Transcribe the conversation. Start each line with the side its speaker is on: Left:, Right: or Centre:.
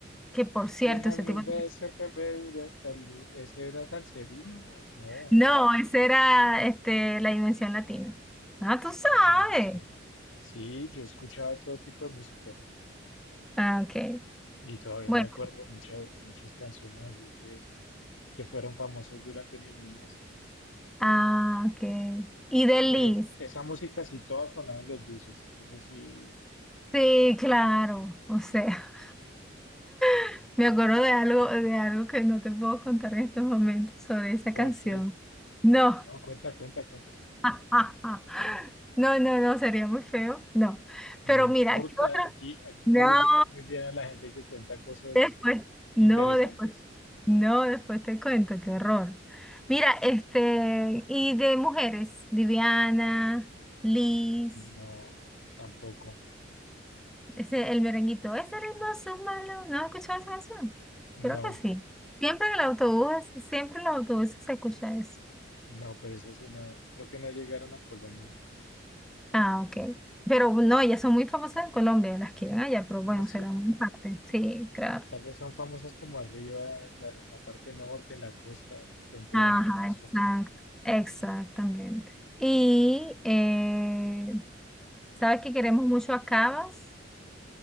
Centre: que por cierto,
Left: Déjame
Centre: ese tipo...
Left: un beso que me dure hasta el lunes. ¿Ese era Salserino? No.
Centre: No, ese era este, la dimensión latina. Ah, tú sabes.
Left: Dimensión. Sí, yo escuchaba todo tipo de música
Centre: Ah, ok.
Left: y todavía
Centre: Bueno,
Left: me acuerdo de muchas, de muchas canciones así que, que fueron famosas durante mi niñez.
Centre: ah, ok. Y de Liz.
Left: Pero esa música sí todas sonaban en los buses. Eso sí,
Centre: Sí, claro. O sea, <laughs> me acuerdo de algo, de algo que no te puedo contar en estos momentos sobre esa
Left: ¿por
Centre: canción.
Left: qué?
Centre: No.
Left: No, cuenta, cuenta, cuenta.
Centre: <laughs> No, no, no, sería muy feo. No.
Left: No
Centre: Pero
Left: importa,
Centre: mira, ¿qué otra?
Left: aquí, aquí
Centre: No.
Left: califican muy bien a la gente que cuenta cosas
Centre: Después, no,
Left: interesantes.
Centre: después, no, después te cuento, qué horror. Mira, este, y de mujeres, Viviana, Liz,
Left: No, tampoco.
Centre: ese, el merenguito, ese ritmo es un malo, ¿no has escuchado esa canción?
Left: No,
Centre: Creo que sí. Siempre en el autobús, siempre en los autobuses se escucha eso.
Left: no, pero eso sí no. Creo que no llegaron a Colombia.
Centre: Ah, ok. Pero no, ellas son muy famosas en Colombia, las quieren allá, pero bueno,
Left: Ah, sí.
Centre: será muy parte. Sí, claro.
Left: Tal vez son famosas como arriba, en la, en la parte norte, en la costa, frontera
Centre: Ajá,
Left: con Venezuela.
Centre: exacto, exactamente. Y eh, Sabes que queremos mucho a Cabas,